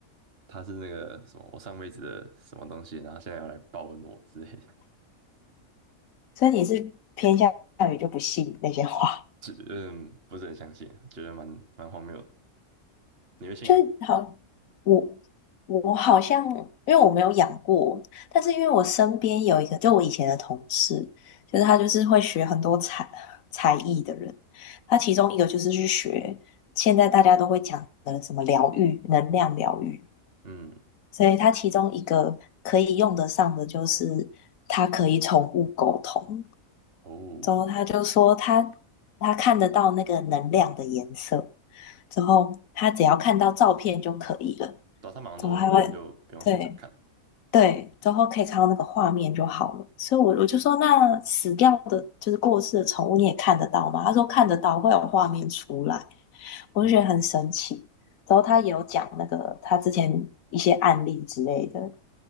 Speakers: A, on the right; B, on the left.
A: 她是那个什么我上辈子的什么东西，然后现在要来报恩我之类的，
B: 所以你是偏向于就不信那些话。
A: 就嗯不是很相信啊，觉得蛮蛮荒谬的。你会信吗？
B: 就是好，我我好像因为我没有养过，但是因为我身边有一个，就我以前的同事，就是他就是会学很多才才艺的人，他其中一个就是去学现在大家都会讲的什么疗愈、能量疗愈，
A: 嗯，
B: 所以他其中一个可以用得上的就是他可以宠物沟通，
A: 哦，
B: 之后他就说他他看得到那个能量的颜色，之后他只要看到照片就可以了。
A: 对上他们好像都根本就不用现场看，
B: 怎么还会？哦对对，之后可以看到那个画面就好了。所以我我就说，那死掉的，就是过世的宠物，你也看得到吗？他说看得到，会有画面出来。我就觉得很神奇。
A: 嗯，
B: 之后他也有讲那个他之前一些案例之类的，